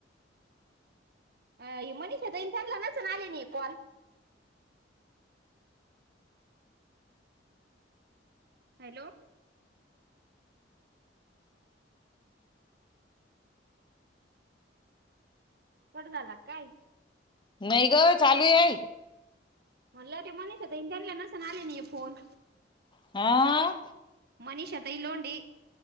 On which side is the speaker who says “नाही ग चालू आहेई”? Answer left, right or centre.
Left